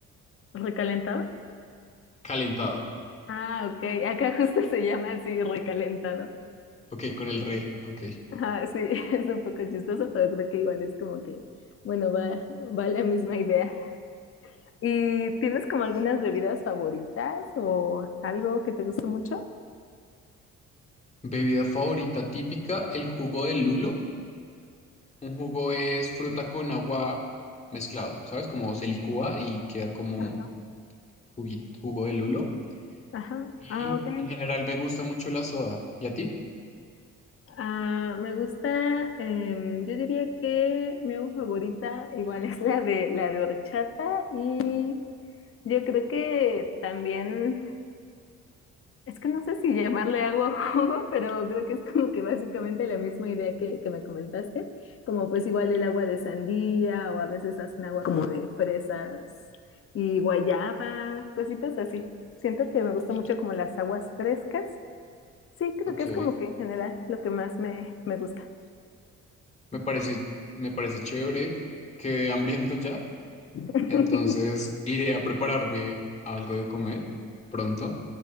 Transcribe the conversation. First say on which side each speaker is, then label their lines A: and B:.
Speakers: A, on the left; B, on the left.
A: ¿Recalentado?
B: Calentado.
A: Ah, ok. Acá justo se llama así, recalentado.
B: Ok, con el re, ok.
A: Ajá, sí, <laughs> es un poco chistoso, pero creo que igual es como que, bueno, va, va la misma idea. ¿Y tienes como algunas bebidas favoritas o algo que te guste mucho?
B: Bebida favorita típica, el jugo de lulo. Un jugo es fruta con agua mezclado, ¿sabes? Como se licúa y queda como
A: Ajá.
B: juguito- jugo de lulo.
A: Ajá.
B: Y
A: Ah, ok.
B: en general me gusta mucho la soda. ¿Y a ti?
A: Ah, me gusta, em, yo diría que mi agua favorita igual es la de la de horchata y yo creo que también Es que no sé si llamarle agua o jugo, pero creo que es como que básicamente la misma idea que, que me comentaste, como pues igual el agua de sandía o a veces hacen agua como de fresas y guayaba, cositas así. Siento que me gusta mucho como las aguas frescas. Sí, creo
B: Ok.
A: que es como que en general lo que más me, me gusta.
B: Me parece, me parece chévere. Quedé hambriento ya.
A: <laughs>
B: Entonces iré a prepararme algo de comer pronto.